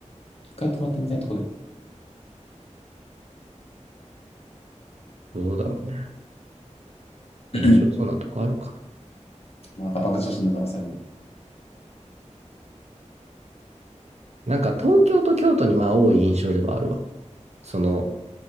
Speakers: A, on the left (about 55°); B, on the right (about 60°).
A: 回泊まってみたいとこで。
B: どうだろうね。面白そうなとこあるか
A: <clears throat> また爆発女子には騙されない。
B: な。なんか東京と京都にまあ多い印象ではあるわ。その、